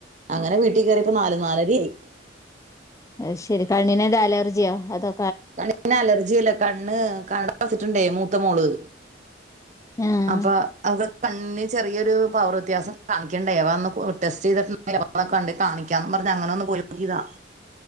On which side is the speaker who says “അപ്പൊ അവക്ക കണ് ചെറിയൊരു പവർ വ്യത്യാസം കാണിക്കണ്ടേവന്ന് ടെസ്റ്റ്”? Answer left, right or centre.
Right